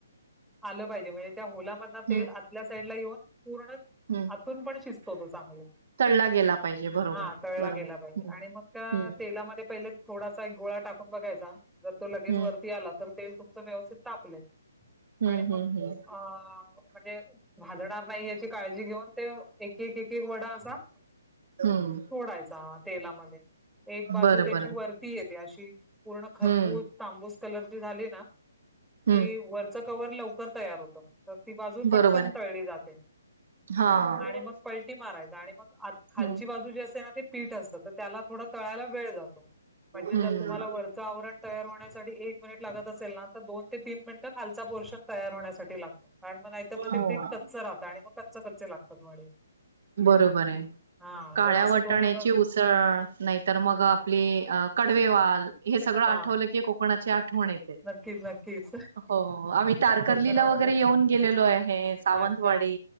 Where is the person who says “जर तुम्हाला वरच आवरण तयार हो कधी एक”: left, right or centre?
Centre